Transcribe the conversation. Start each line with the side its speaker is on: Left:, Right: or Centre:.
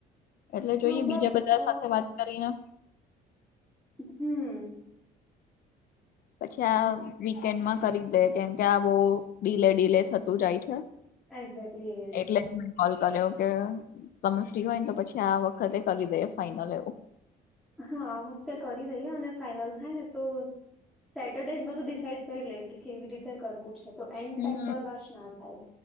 Left: એટલે જોઈએ
Centre: હા બસ
Left: બીજા બધા
Centre: તો
Left: સાથે વાત કરીને.
Centre: હમ.
Left: પછી આ વીકેન્ડમાં કરી દય કેમકે આ બહુ ડીલે ડીલે થતું જાય છે.
Centre: એક્ઝેક્ટલી એજ
Left: એટલે કોલ કર્યો કે તમે ફ્રી હોય ને તો પછી આ વખતે કરી દેએ ફાઈનલ એવું.
Centre: હા આ વખતે કરી દઈએ અને ફાઈનલ થાય ને તો- - સેટરડેજ બધું ડિસાઈડ કરી લે કે કેવી રીતે કરવું છે તો એન્ડ
Left: હમ
Centre: ટાઈમ પર રસ ના થાય.